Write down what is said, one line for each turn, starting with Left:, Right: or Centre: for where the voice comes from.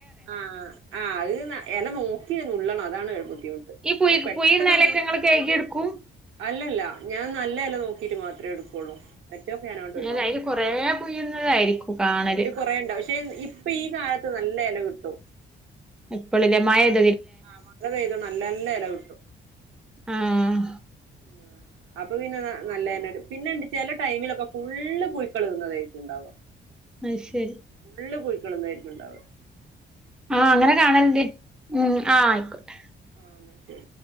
Right: ആ ആ അത് എല നോക്കി നുള്ളണം <unintelligible> ദ്ദിമുട്ട്
Centre: ഈ
Right: ഞമ്മക്ക്
Centre: പുഴു
Right: പെട്ടെന്നന്നും
Centre: പുഴുന്ന എലയൊക്കെ ഇങ്ങള് കഴുകി എടുക്കും
Right: അല്ലല്ല ഞാൻ നല്ല എല നോക്ക് <unintelligible> മാത്രേ എട്ക്കൊള്ളൂ മറ്റോക്കെഞാനങ്ങട് ഒയ്
Centre: അല്ല
Right: വാക്കും
Centre: അയില് കൊറേ പുഴുന്നതായിരിക്കും
Right: ആ
Centre: കാണല്
Right: അയ്ല് കൊറേണ്ട് പ ക്ഷേ ഇ ഇപ്പൊ ഈ കാലത്ത് നല്ല എല കി ട്ടും
Centre: ഇ പ്പോളല്ലേ മഴിം
Right: ആ മഴ പെയ് തോണ്ടിരി നല്ല നല്ല എല കിട്ടും
Centre: ആഹ്
Right: ഉം അപ്പൊ പിന്നെ നല്ലഅ ന്നെ പിന്നെണ്ട് ചെ ല ടൈമിലൊക്കെ ഫുള്ള് പൂയ്ക്കൽ തിന്നതായിര് ക്കും ഉണ്ടാക
Centre: അത് ശരി
Right: ഫുള്ള് ന്നായിരിക്കുംണ്ടാവ
Centre: ആഹ അങ്ങനെ കാണൽ ണ്ട് ഉം ആഹ ക്കോട്ടെ
Right: ആ ശരി